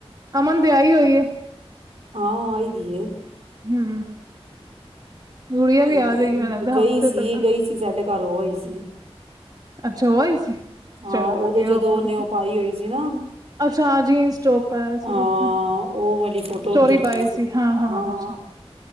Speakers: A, on the right; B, on the right.
A: ਅਮਨ ਤੇ ਆਈ ਹੋਈ ਏ।
B: ਹਾਂ ਆਈ ਦੀ ਏ।
A: ਹੂੰ, ਗੁੜੀਆ
B: ਆਈ
A: ਵੀ ਆਜੇਗੀ
B: ਦੀ ਏ
A: ਮੈਨੂੰ ਲੱਗਦਾ
B: ਗਈ
A: ਹਫ਼ਤੇ
B: ਸੀ
A: ਤੱਕ।
B: ਗਈ ਸੀ ਸਾਡੇ ਘਰ ਹੋ ਆਈ ਸੀ
A: ਅੱਛਾ ਓ ਆਈ ਸੀ।
B: ਹਾਂ
A: ਚਲੋ
B: ਓਦੋਂ
A: ਵਧੀਆ
B: ਜਦੋਂ
A: ਹੋਰ
B: ਓਨੇ
A: ਕੀ
B: ਓ ਪਾਈ ਹੋਈ ਸੀ ਨਾ।
A: ਅੱਛਾ ਹਾਂ ਜੀਨਸ ਟੋਪ ਪਾਇਆ ਸੀ
B: ਹਾਂ
A: ਉਸਨੇ
B: ਓ ਵਾਲੀ ਫੋਟੋ
A: ਸਟੋਰੀ
B: ਉਧਰ
A: ਪਾਈ
B: ਦੀ ਸੀ
A: ਹਾਂ-ਹਾਂ
B: ਹਾਂ।
A: ਅੱਛਾ